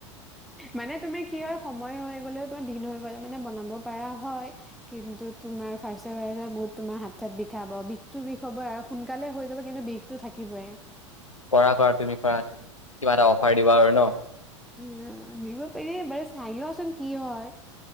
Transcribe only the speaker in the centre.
মানে তোমাৰ কি হয় সময় হৈ গ'লেও তোমাৰ দিন হৈ গ'লে মানে বনাব পাৰা হয়। কিন্তু তোমাৰ ফাৰ্ষ্টে ফাৰ্ষ্টে বহুত তোমাৰ হাত চাত বিষাব বিষটো বিষ হ'বই আৰু সোনকালে হৈ যাব কিন্তু বিষটো থাকিবই।
অ', নিব পাৰি বাৰু চাই লওঁচোন কি হয়।